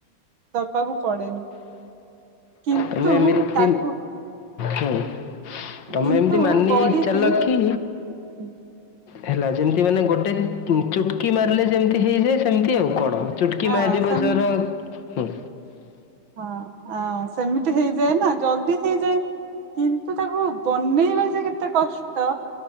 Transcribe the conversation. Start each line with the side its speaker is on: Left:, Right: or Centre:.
Right: ଦବାକୁ ପଡେନି। କିନ୍ତୁ
Left: ମାନେ ଏମିତି
Right: ତାକୁ
Left: ହୁଁ ତମେ
Right: କିନ୍ତୁ
Left: ଏମତି ମାନି
Right: ବଢିକି
Left: ହେଇ ଚାଲ କି?
Right: କୁହ
Left: ହେଲା ଯେମତି ମାନେ ଗୋଟେ ଚୁଟକି ମାରିଲେ ଯେମିତି ହେଇଯାଏ ସେମିତି ଆଉ କଣ। ଚୁଟକି
Right: ହଁ
Left: ମାରିବା
Right: ସେମ
Left: ଜର ଉଁ
Right: ହଁ ଆ ସେମିତି ହେଇଯାଏ ନା ଜଲଦି ହେଇଯାଏ। କିନ୍ତୁ ତାକୁ ବନେଇବା ଯେ କେତେ କଷ୍ ଷ୍ଟ